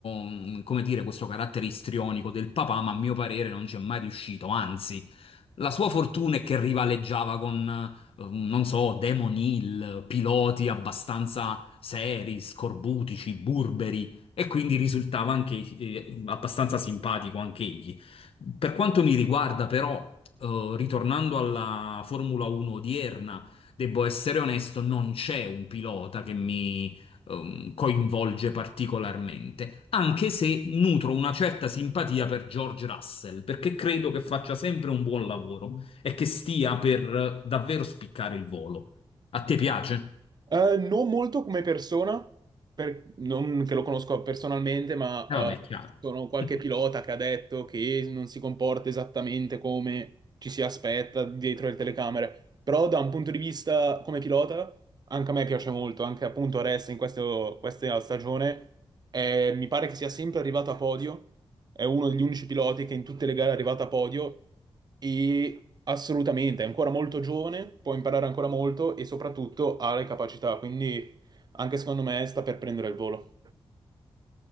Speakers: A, on the left (about 70°); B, on the right (about 45°).
A: mm, come dire, questo carattere istrionico del papà, ma a mio parere non ci è mai riuscito. Anzi, La sua fortuna è che rivaleggiava con, eh, non so, Demon Hill, piloti abbastanza seri, scorbutici, burberi, e quindi risultava anche eh, abbastanza simpatico anche egli. Per quanto mi riguarda, però, eh, ritornando alla Formula 1 odierna, devo essere onesto, non c'è un pilota che mi ehm, coinvolge particolarmente, anche se nutro una certa simpatia per George Russell, perché credo che faccia sempre un buon lavoro e che stia per eh, davvero spiccare il volo. A te piace?
B: Eh, non molto come persona, per- non che lo conosco personalmente, ma
A: E
B: eh,
A: vabbè, è chiaro.
B: sono qualche
A: <laughs>
B: pilota che ha detto che non si comporta esattamente come ci si aspetta dietro le telecamere. Però da un punto di vista come pilota, anche a me piace molto, anche appunto adesso in questo- questa stagione, eh, mi pare che sia sempre arrivato a podio, è uno degli unici piloti che in tutte le gare è arrivato a podio e Assolutamente, è ancora molto giovane, può imparare ancora molto e soprattutto ha le capacità, quindi anche secondo me sta per prendere il volo.